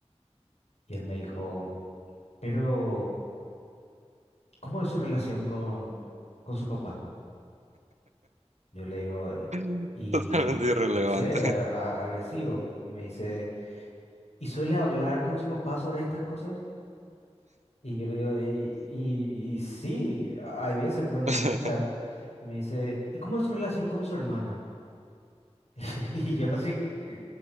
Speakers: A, on the left; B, on the right.
A: Y él me dijo, pero, ¿cómo es su relación con, con su papá? Yo le digo,
B: <laughs>
A: y
B: Totalmente irrelevante.
A: no sé, a- agresivo. Y me dice, ¿y suele hablar con su papá sobre estas cosas? Y yo le digo, y, y, y sí, a- hay veces,
B: <laughs>
A: pero no le escucha. Y me dice, ¿y cómo es su relación con su hermana? <laughs> Y yo así, que-